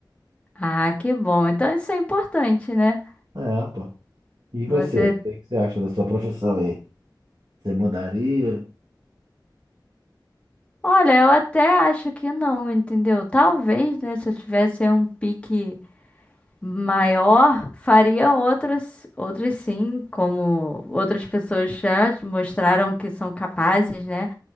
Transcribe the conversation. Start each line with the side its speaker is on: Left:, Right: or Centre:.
Left: Ah, que bom. Então isso é importante, né?
Right: É, pô. E você?
Left: Você.
Right: O que que você acha da sua profissão aí? Você mudaria?
Left: Olha, eu até acho que não, entendeu? Talvez, né? Se eu tivesse um pique maior, faria outras, outras sim, como outras pessoas já mostraram que são capazes, né?